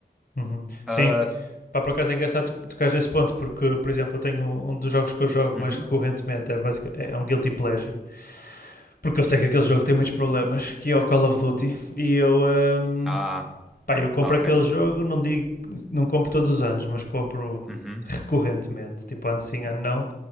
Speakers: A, on the left; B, in the centre.
A: Uhum. Sim,
B: Ah,
A: pá, por acaso é engraçado to- tocar nesse ponto, porque, por exemplo, eu tenho um, um dos jogos que eu jogo
B: uhum.
A: mais recorrentemente, é, basic- é é um guilty pleasure, porque eu sei que aquele jogo tem muitos problemas, que é o Call of Duty, e eu, hum,
B: Ah,
A: pá, eu compro
B: ok.
A: aquele jogo, não digo, não compro todos os anos, mas compro
B: Uhum.
A: recorrentemente, tipo ano sim, ano não,